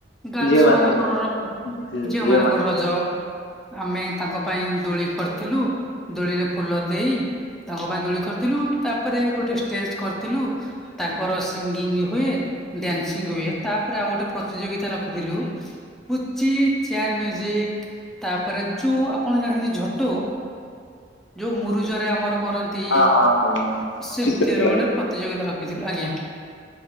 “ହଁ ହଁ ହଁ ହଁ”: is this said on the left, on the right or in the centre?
Left